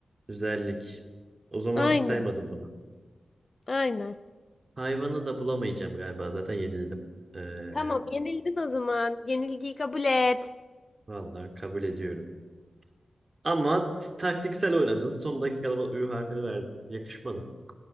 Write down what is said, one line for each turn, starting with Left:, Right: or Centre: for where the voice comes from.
Right: Güzellik. O zaman
Left: Aynen.
Right: saymadım bunu.
Left: Aynen.
Right: Hayvanı da bulamayacağım galiba zaten yenildim. Ee,
Left: Tamam, yenildin o zaman. Yenilgiyi kabul et.
Right: valla kabul ediyorum. Ama t- taktiksel oynadın. Son dakikada bana Ü harfini verdin. Yakışmadı.